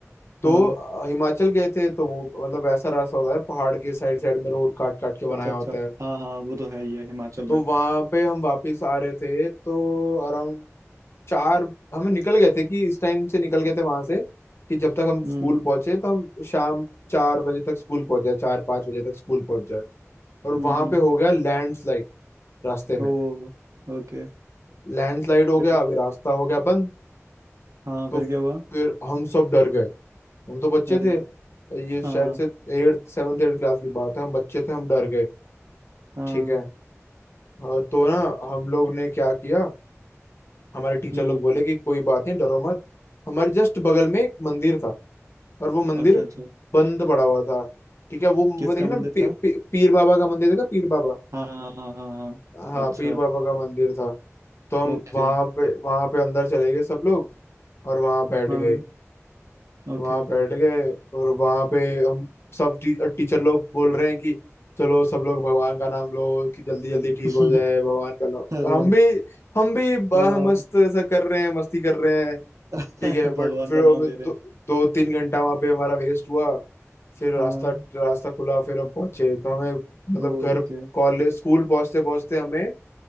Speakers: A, on the left; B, on the right.
A: तो
B: हाँ
A: हिमाचल गए थे तो वो मतलब वैसा रास्ता होता है पहाड़ के साइड साइड में रोड काट काट के बनाया
B: अच्छा अच्छा
A: होता है
B: हाँ हाँ वो तो है ही है हिमाचल
A: तो
B: में
A: वहां पे हम वापस आ रहे थे तो अराउंड चार हमें निकल गए थे कि इस टाइम से निकल गए थे वहां से कि जब तक हम स्कूल
B: हम्म
A: पहुंचे तो हम शाम चार बजे तक स्कूल पहुंच जाए चार पाँच बजे तक स्कूल पहुंच जाए और
B: हम्म
A: वहां पे हो गया लैंडस्लाइड रास्ते में
B: ओ ओके
A: लैंडस्लाइड हो
B: फिर
A: गया अभी रास्ता हो गया बंद
B: हाँ
A: तो
B: फिर क्या हुआ
A: फिर हम सब डर गए हम तो बच्चे
B: अरे
A: थे
B: यार
A: ये शायद
B: हाँ
A: से एट्थ सेवन्थ एट क्लास की बात है हम बच्चे थे हम डर गए
B: हाँ
A: ठीक है हाँ, तो ना हम लोग ने क्या किया हमारे टीचर
B: हम्म
A: लोग बोले कि कोई बात नहीं डरो मत हमारे जस्ट बगल में एक मंदिर था और वो मंदिर
B: अच्छा अच्छा
A: बंद पड़ा हुआ था ठीक है वो
B: किसका
A: वो देखे ना
B: मंदिर
A: पी,
B: था
A: पी, पीर बाबा का मंदिर देखा पीर बाबा
B: हाँ हाँ हाँ हाँ हाँ,
A: हाँ
B: अच्छा
A: पीर बाबा का मंदिर था तो हम
B: ओके
A: वहां पे वहां पे अंदर चले गए सब लोग और वहां बैठ
B: हाँ
A: गए
B: ओके
A: वहां बैठ गए और वहां पे हम सब टी, टीचर लोग बोल रहे हैं कि चलो सब लोग भगवान का नाम लो कि जल्दी जल्दी ठीक
B: <laughs>
A: हो जाए भगवान का नाम
B: अरे
A: हम
B: यार
A: भी हम भी ब-
B: हाँ
A: मस्त ऐसा कर रहे हैं मस्ती कर रहे हैं
B: <laughs>
A: ठीक है बट
B: भगवान
A: फिर
B: का नाम
A: हमें
B: ले
A: दो,
B: रहे हैं
A: दो तीन घंटा वहां पे हमारा वेस्ट हुआ फिर रास्ता
B: हाँ
A: रास्ता खुला फिर हम पहुंचे तो हमें मतलब
B: ओके
A: घर कॉलेज स्कूल पहुंचते पहुंचते हमें